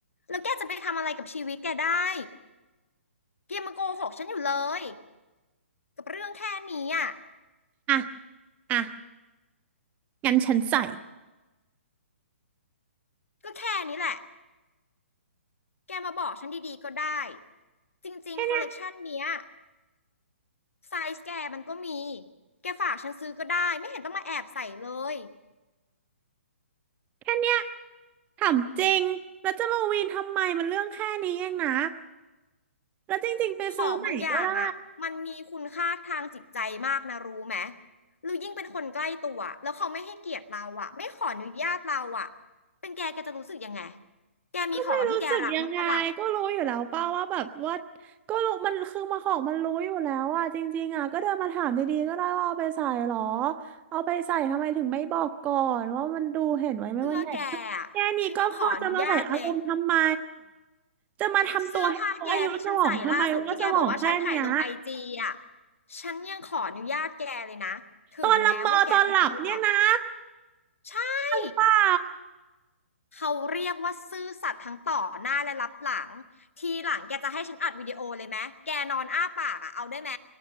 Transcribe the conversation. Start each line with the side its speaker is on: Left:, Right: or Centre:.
Left: แล้วแกจะไปทำอะไรกับชีวิตแกได้แกยังมาโกหกฉันอยู่เลยกับเรื่องแค่นี้อ่ะ
Right: อ่ะอ่ะงั้นฉันใส่
Left: ก็แค่นี้แหละแกมาบอกฉันดีๆก็ได้จริงๆคอลเลกชันเนี้ย
Right: แค่เนี้ย
Left: ไซส์แกมันก็มีแกฝากฉันซื้อก็ได้ไม่เห็นต้องมาแอบใส่เลย
Right: แค่เนี้ยถามจริงแล้วจะมาวีนทำไมมันเรื่องแค่นี้เองนะแล้วจริงๆไปซื้อใหม่ก็ได้
Left: ของบางอย่างอ่ะมันมีคุณค่าทางจิตใจมากนะรู้ไหมหรือยิ่งเป็นคนใกล้ตัวแล้วเขาไม่ให้เกียรติเราอ่ะไม่ขออนุญาตเราอ่ะเป็นแกแกจะรู้สึกยังไง แกมีของที่แกรักมั้างปะล่ะ
Right: ก็ไม่รู้สึกยังไงก็รู้อยู่แล้วเป้าว่าแบบว่าก็รู้มันคือมาของมันรู้อยู่แล้วอ่ะจริงๆอ่ะก็เดินมาถามดีๆก็ได้ว่าเอาไปใส่หรอเอาไปใส่ทำไมถึงไม่บอกก่อนว่ามันดูเห็นไว้ไหมมันใหญ่ขึ้นแค่นี้ก็พอจะมาใส่อารมณ์ทำไม
Left: เสื้อแกอะฉันยังขออนุญาตเลย
Right: จะมาทำตัวให้เขาอายุสมองทำไมว่าสมองแค่เนี้ย
Left: เสื้อผ้าแกที่ฉันใส่ล่าสุดที่แกบอกว่าฉันถ่ายลงไอจีอ่ะฉันยังขออนุญาตแกเลยนะถึงแม้ว่าแกจะนอนหลับ
Right: ตอนละเมอตอนหลับเนี่ยนะ
Left: ใช่
Right: เปล่า
Left: เขาเรียกว่าซื่อสัตย์ทั้งต่อหน้าและรับหลังทีหลังแกจะให้ฉันอัดวิดีโอเลยไหมแกนอนอ้าปากอ่ะเอาได้ไหม